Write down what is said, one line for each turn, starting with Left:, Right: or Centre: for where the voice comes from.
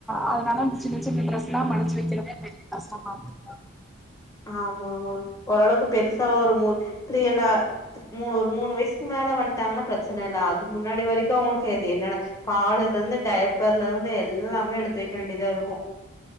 Centre: அதனாலஷ சின்ன சின்ன ட்ரஸ் எல்லா மடிச்சு வெச்சுருவேஸ கொஞ்சோ கஷ்டமாருக்கு மிச்சம் இட்ட எல்லாம் நெச்ச கஷ்டமார்க்கு கா
Left: ஆமா ஆமா ஓரளவ்க்கு பெருசா ஒரு மூத் த்ரீ அண்டு ஆ த்து மூணொர் மூணு வய்சுக்கு மேல வந்ட்டாங்கனா ப்ரச்சன இல்ல அது முன்னாடி வரைக்கு அவ்ங்க்ளு கே எது என்னன்னா பாலுல்லந்து டைப்பர்ல இருந்து எல்லாமே எடுத்து வெக்க வேண்டிய்தா இருக்கு